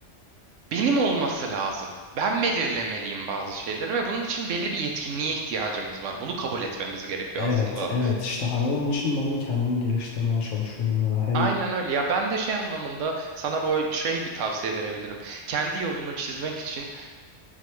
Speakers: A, on the right (about 80°); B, on the left (about 75°).
A: benim olması lazım. Ben belirlemeliyim bazı şeyleri ve bunun için belli bir yetkinliğe ihtiyacımız var. Bunu kabul etmemiz gerekiyor
B: Evet,
A: aslında.
B: evet işte hani onun için ben de kendimi geliştirmeye çalışıyorum ya. Hem
A: Aynen öyle ya ben de şey anlamında sana böyle şey bir tavsiye verebilirim. Kendi yolunu çizmek için